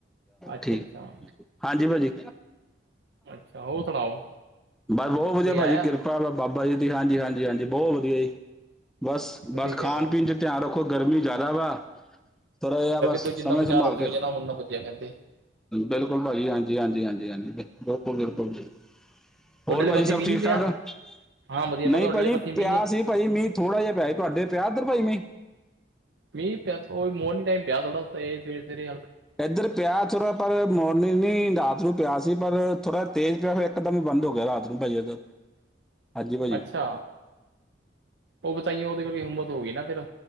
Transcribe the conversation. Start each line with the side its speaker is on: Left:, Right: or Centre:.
Right: ਅੱਛਾ
Centre: ਠੀਕ।
Right: ਅੱਛਾ
Centre: ਹਾਂਜੀ ਭਾਜੀ।
Right: ਅੱਛਾ ਹੋਰ ਸੁਣਾਓ
Centre: ਬਸ ਬਹੁਤ ਵਧੀਆ
Right: ਕੋਈ
Centre: ਭਾਜੀ,
Right: ਆਇਆ
Centre: ਕਿਰਪ ਕਿਰਪਾ ਬਾਬਾ ਜੀ ਦੀ ਹਾਂਜੀ, ਹਾਂਜੀ, ਹਾਂਜੀ ਬਹੁਤ ਵਧੀਆ ਜੀ। ਬਸ,
Right: ਵਧੀਆ
Centre: ਬਸ
Right: ਚਾਹੀਦਾ
Centre: ਖਾਣ-ਪੀਣ'ਚ ਧਿਆਨ ਰੱਖੋ ਗਰਮੀ ਜ਼ਿਆਦਾ ਵਾ, ਥੋੜਾ ਜਿਹਾ ਬਸ
Right: ਕੋਈ ਜਿੰਨਾ
Centre: ਸਮੇਂ
Right: ਬਚਾਅ
Centre: ਸੰਭਾਲ
Right: ਰਖੋਂਗੇ
Centre: ਕੇ
Right: ਜੇਨਾ, ਉਹਨਾ ਵਧੀਆ ਰਹਿੰਦੇ।
Centre: ਬਿਲਕੁਲ ਭਾਜੀ, ਹਾਂਜੀ-ਹਾਂਜੀ, ਹਾਂਜੀ, ਹਾਂਜੀ ਬਿਲਕੁਲ-ਬਿਲਕੁਲ ਜੀ।
Right: ਤੁਹਾਡੇ
Centre: ਹੋਰ
Right: ਵਾਲੇ
Centre: ਭਾਜੀ,
Right: ਪਾਸੇ
Centre: ਸਭ
Right: ਮੀਂਹ
Centre: ਠੀਕ-ਠਾਕ?
Right: ਨੀ ਪਿਆ ਹਾਂ ਵਧੀਆ ਮੈਂ
Centre: ਨਹੀਂ
Right: ਕਿਹਾ ਤੁਹਾਡੇ
Centre: ਭਾਜੀ
Right: ਵਾਲੇ ਪਾਸੇ ਮੀਂਹ
Centre: ਪਿਆ
Right: ਨੀ
Centre: ਸੀ। ਨਹੀਂ ਭਾਜੀ, ਮੀਂਹ ਥੋੜਾ ਜਾ ਪਿਆ। ਤੁਹਾਡੇ ਪਿਆ ਏਧਰ ਭਾਜੀ ਮੀਂਹ?
Right: ਮੀਂਹ ਪਿਆ ਉਹ ਵੀ ਮੋਰਨਿੰਗ ਟਾਈਮ ਪਿਆ ਥੋੜਾ ਇਹ ਸਵੇਰੇ-ਸਵੇਰੇ।
Centre: ਇੱਧਰ ਪਿਆ ਥੋਰਾ ਪਰ ਮੋਰਨਿੰਗ ਨੀ, ਰਾਤ ਨੂੰ ਪਿਆ ਸੀ, ਪਰ ਥੋੜਾ ਤੇਜ਼ ਪਿਆ ਫਿਰ ਇੱਕਦਮ ਹੀ ਬੰਦ ਹੋਗਿਆ, ਰਾਤ ਨੂੰ ਭਾਜੀ ਇੱਧਰ।
Right: <inaudible>
Centre: ਹਾਂਜੀ ਭਾਜੀ
Right: ਅੱਛਾ! ਉਹ ਬ ਤਾਂਈਓ ਉਹਦੇ ਕੋਲ ਵੀ ਹੂੰਮਸ ਹੋ ਗਈ ਨਾ ਫਿਰ,